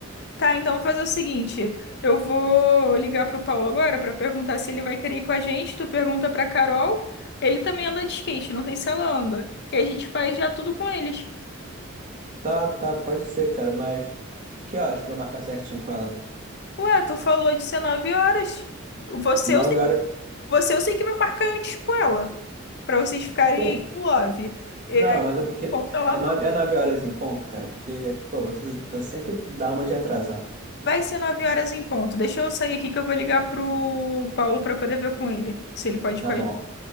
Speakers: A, on the left; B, on the right.
A: Tá, então vou fazer o seguinte. Eu vou ligar pro Paulo agora pra perguntar se ele vai querer ir com a gente. Tu pergunta pra Carol. Ele também anda de skate, não sei se ela anda. Que a gente faz já tudo com eles.
B: Tá, tá, pode ser, cara, mas que horas pra eu marcar certinho com ela?
A: Ué, tu falou de 19 horas. Você, é
B: Nove
A: o
B: horas?
A: Você eu sei que vai marcar antes com ela. Pra vocês ficarem
B: Sim.
A: aí no love. E
B: Não,
A: aí
B: mas é porque
A: compra
B: é
A: lá
B: nove,
A: no...
B: é nove horas em ponto, cara, porque, pô, você, você sempre dá uma de atrasar.
A: Vai ser 9 horas em ponto. Deixa eu sair aqui que eu vou ligar pro Paulo pra poder ver com ele. Se ele pode
B: Tá
A: ir com a
B: bom,
A: gente.